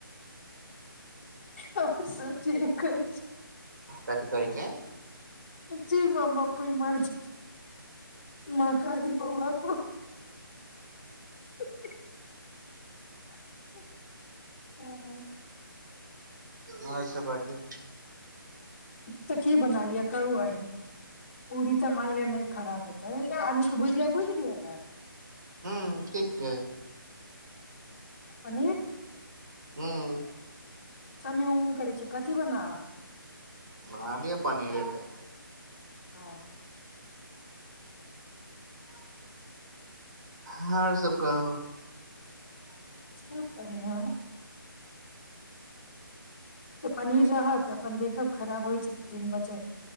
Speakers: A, on the left (about 30°); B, on the right (about 55°).
A: सभ के सोचे एकै छै
B: कथी कहै छैै
A: जी मम्मा कोइ मरज महकादी बौआ को <unintelligible> ही ही <unintelligible> हँ हँ
B: आओर सभ बाजू
A: तऽ की बना लिय कहू अहीं पूरी तऽ मानि लिय नहि खराब हेतै आलूके भुजिया भुज लियै तऽ
B: हँ ठीक छै
A: पनीर
B: हूँ
A: सबमे उं उं करै छिये कथी बनाउ
B: बना लिय पनीरे टा
A: हँ <inaudible>
B: हँ आओर सब कहू
A: खूब बढ़ियां तऽ पनीर रहत अपन देखब खराब होइ छै दू तीन बजे